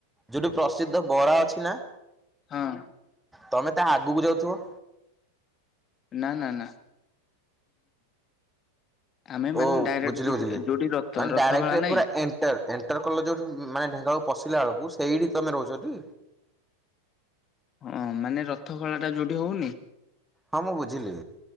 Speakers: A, in the centre; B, on the left.
A: ଯୋଉଠି ପ୍ରସିଦ୍ଧ ବରା ଅଛି ନା।
B: ହଁ।
A: ତମେ ତାହା ଆଗକୁ ଯାଉଥିବ।
B: ନା ନା ନା। ଆମେ
A: ଓ
B: ମାନେ ଡାଇରେକ୍ଟ
A: ବୁଝିଲି
B: ଯଉଠ
A: ବୁଝିଲି।
B: ଯୋଉଠି ରଥ
A: ମାନେ
B: ରଥ
A: ଡାଇରେକ୍ଟ
B: ଭଳା ନାଇଁ।
A: ପୁରା ଏଣ୍ଟର ଏଣ୍ଟର କଲେ ଯଉଠି ମାନେ ଢେଙ୍କାଳ ପଶିଲା ବେଳକୁ ସେଇଠି ତମେ ରହୁଛଟି।
B: ହଁ ମାନେ ରଥଖଳାଟା ଯୋଉଠି ହଉନି।
A: ହଁ ମୁଁ ବୁଝିଲି।